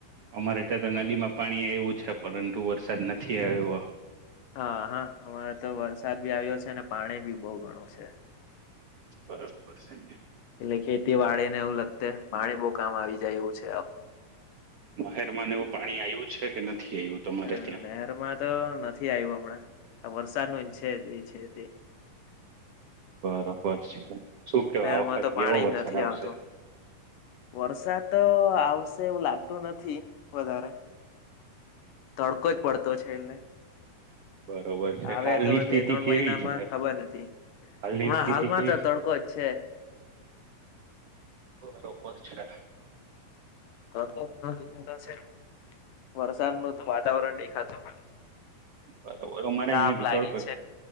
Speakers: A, on the right (about 85°); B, on the left (about 75°).
A: અમારે ત્યાં તો નદીમાં પાણી આવ્યુ છે, પરંતુ વરસાદ નથી આવ્યો
B: હા, હા, અમારે તો વરસાદ ભી આવ્યો છે અને પાણી ભી બહુ ગણું છે
A: બરોબર છે
B: એટલે ખેતીવાળે એવું લગતે પાણી બહુ કામ આવી જાય એવું છે
A: મહેર એવું પાણી આવ્યું છે કે નથી આવ્યું તમારે
B: હ, નહેરમાં તો નથી આવ્યું હમણાં વરસાદ નુ છે જ છે તે
A: તોપર છે શું કેવા
B: નહેર
A: આ વખત
B: માં તો પાણી
A: કેવો વરસાદ
B: નથી
A: આવશે
B: આવતું, વરસાદ તો આવશે એવું લાગતું નથી થી વધારે તડકો જ પડતો છે એટલે
A: બરોબર છે
B: આવે
A: હાલની
B: તો
A: સ્થિતિ
B: બે, ત્રણ
A: કેવી
B: મહિનામાં
A: છે
B: ખબર નથી
A: હાલની
B: હમણાં
A: સ્થિતિ
B: હાલમાં
A: કેવી
B: તો
A: છે
B: તડકો જ છે
A: બરોબર છે
B: તડકો ઉપર દેખાતો છે, વરસાદ નું તો વાતાવરણ દેખાતું
A: બરોબર, અમારે
B: તાપ
A: અહિયાં ભી
B: લાગે
A: તડકો જ છે,